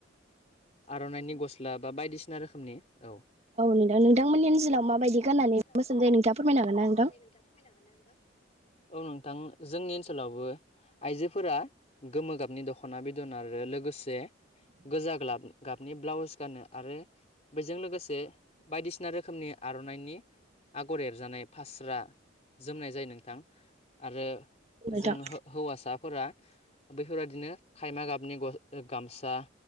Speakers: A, on the left; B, on the right.
A: आर'नाइनि गस्ला बा बायदिसिना रोखोमनि औ औ
B: नोंथां नोंथांमोननि ओनसोलाव
A: नोंथां
B: माबायदि
A: नोंथांमोननि
B: गाननानै
A: ओनसोलाव
B: मोसानाय
A: माबायदि
B: जायो नोंथाङा
A: गाननानै
B: फोरमायनो हागोन ना
A: मोसानाय
B: नोंथां?
A: जायो नोंथाङा फोरमायनो हागोन ना औ नोंथां जोंनि ओनसोलावबो आइजोफोरा गोमो गाबनि दख'ना बे आरो लोगोसे गोजा ग्लाब गाबनि ब्लाउस गानो आरो बेजों लोगोसे बायदिसिना रोखोमनि आर'नाइनि आगर एरजानाय फास्रा जोमनाय जायो नोंथां। आरो
B: नोंथां
A: जों हौवासाफोरा बैफोरबादिनो खायमा गाबनि ग गामसा